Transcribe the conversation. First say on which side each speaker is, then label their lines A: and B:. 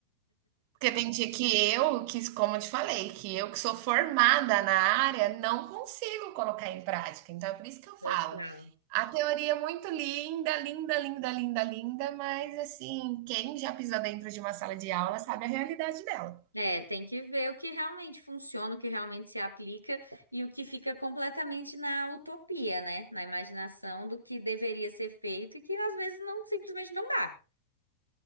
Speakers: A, on the right (about 45°); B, on the right (about 85°).
A: Porque tem dia que eu, que, como eu te falei, que eu que sou formada na área, não consigo colocar em prática. Então é por isso que eu falo.
B: Total.
A: A teoria é muito linda, linda, linda, linda, linda, mas assim, quem já pisou dentro de uma sala de aula sabe a realidade dela.
B: É, tem que ver o que realmente funciona, o que realmente se aplica e o que fica completamente na utopia, né? Na imaginação do que deveria ser feito e que às vezes não simplesmente não dá.